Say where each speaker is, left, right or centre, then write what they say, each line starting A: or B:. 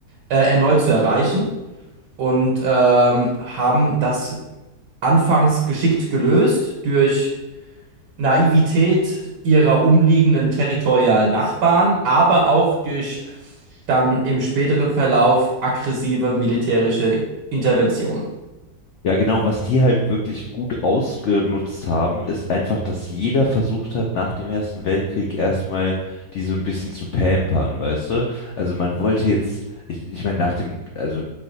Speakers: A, on the right; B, on the left.
A: äh, erneut zu erreichen und ähm, haben das anfangs geschickt gelöst durch Naivität ihrer umliegenden territorialen Nachbarn, aber auch durch dann im späteren Verlauf aggressive militärische Intervention.
B: Ja, genau. Was die halt wirklich gut ausgenutzt haben, ist einfach, dass jeder versucht hat, nach dem Ersten Weltkrieg erstmal die so ein bisschen zu pampern, weißt du? Also man wollte jetzt, ich, ich meine, nach dem, also